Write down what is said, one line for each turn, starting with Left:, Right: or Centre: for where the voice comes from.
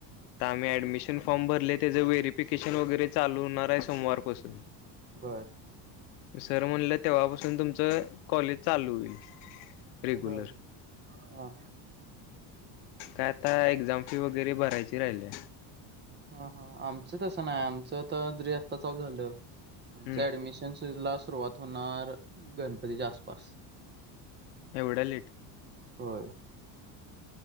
Left: तर आम्ही ऍडमिशन फॉर्म भरले त्याचं व्हेरीफिकेशन वगैरे चालू होणार आहे सोमवारपासून...
Right: बर...
Left: सर म्हणलं तेव्हापासून तुमचं कॉलेज चालू होईल. रेग्युलर
Right: बर हा...
Left: काय आता एक्झाम फी वगैरे भरायची राहिली.
Right: ह हा आमच तसं नाही आमच तर आता चल झालं आमच
Left: हम्म
Right: ऍडमिशन... ला सुरुवात होणार गणपतीच्या आसपास...
Left: एवढ्या लेट...
Right: होय...